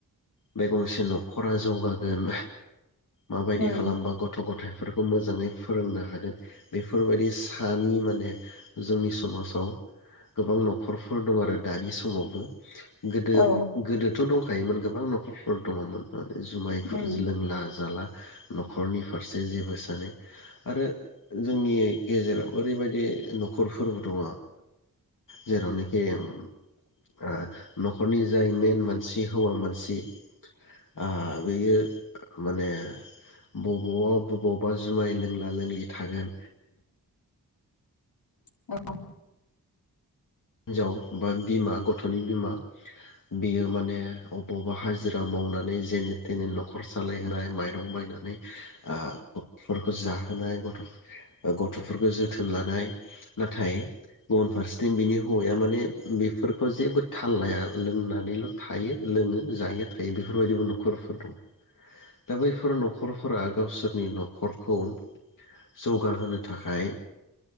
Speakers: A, on the left; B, on the left.
A: बे गंसे नखरा जौगागोन। माबायदि
B: उम
A: खालामबा गथ गथाय। फोरखौ मोजाङै फोरोंनो हागोन बेफोरबायदि सानि माने जोंनि समाजाव गोबां नखरफोर दं आरो दानि समावबो। गोदो
B: औ
A: गोदोथ दंखायोमोन गो <unintelligible> फोर दङमोन। जुमायफोर
B: उम
A: लोंला जाला नखरनि फारसे जेबो सानै आरो जोंनि गेजेराव ओरैबायदि नखरफोरबो दङ जेरावनाखि आ नख खरनि जाय मेन मानसि हौवा मानसि। आ बैयो माने बबावबा बबावबा जुमाय लोंला लोंलि थागोन
B: <unintelligible>
A: हिनजाव बा बिमा गथनि बिमा बियो माने अ बा हाजिरा मावनानै जेने थेने नखर सालायहोनाय माइरं बायनानै आ गथ'फोरखौ जाहोनाय <unintelligible> गथफोरखौ जोथोन लानाय नाथाय गुबुन फारसेथिं बिनि हौवाया माने बेफोरखौ जेबो थाल लाया लोंनानैल' थायो लोङो जायो थायो बेफोरबायदिबो न'खरफोर दं। दा बैफोर न'खरफोरा गावसोरनि न'खरखौ जौगाहोनो थाखाय